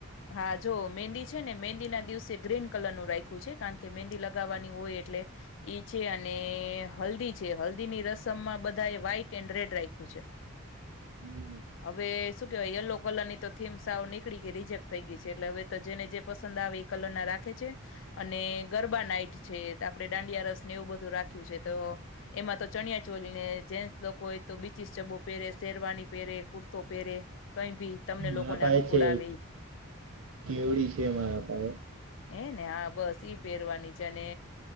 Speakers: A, on the left; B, on the right.
A: હા જો મેંદી છે ને મેંદી ના દિવસે ગ્રીન કલર નું રાખું છે કારણ કે મહેંદી લગાવવાની હોય એટલે એ છે અને હલ્દી છે હલ્દી ની રસમમાં બધા એ વ્હાઈટ એન્ડ રેડ રાખું છે
B: પણ
A: હવે શું કેવાય યલો કલર ની તો થીમ સાવ નીકળી ગયેહી જેમ થઈ ગઈ છે એટલે હવે તો જેને જે પસંદ આવે એ કલર ના રાખે છે અને ગરબા નાઈટ છે આપણે દાંડિયા રસ ને એવું બધું રાખ્યું છે તો એમાં તો ચણિયા ચોલીને જેન્ટ્સ લોકો તો બીચીસ ચબ્બો પહેરે શેરવાની પહેરે કુર્તો પહેરે કઈ ભી તમને
B: મારા
A: લોકોને
B: પાસે
A: અનુકૂળ
B: છે
A: આવે
B: કેવડી છે મારા પાસેે
A: એ ને હા બસ ઈ પહેરવાની છે અને